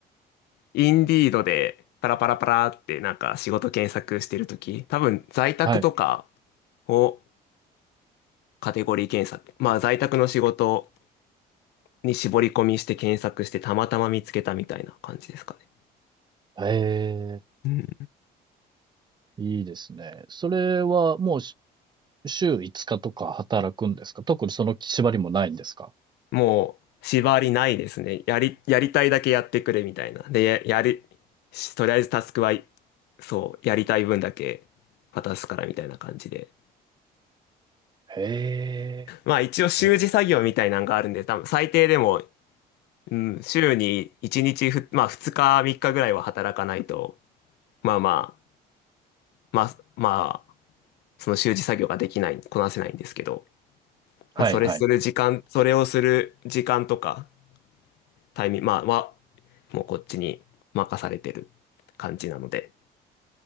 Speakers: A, on the left; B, on the right.
A: インディードでパラパラパラってなんか仕事検索してるとき、多分在宅とか
B: かはい。
A: をカテゴリー検索、まあ在宅の仕事に絞り込みして検索してたまたま見つけたみたいな感じですかね。
B: へえ、
A: うん、
B: いいですね。それはもう週5日とか働くんですか特にその縛りもないんですか
A: もう縛りないですね。やり、やりたいだけやってくれみたいな。で、や、やり、しとりあえずタスクは、そう、やりたい分だけ渡すからみたいな感じで。
B: へえ。
A: まあ一応習字作業みたいなんがあるんで、
B: ね
A: 多分最低でも、うん、週に1日ふ、まあ2日3日ぐらいは働かないと、まあまあ、まあ、まあ、その習字作業ができない、こなせないんですけど、
B: はいはい。
A: まあそれする時間、それをする時間とか、タイミング、まあは、もうこっちに任されてる感じなので、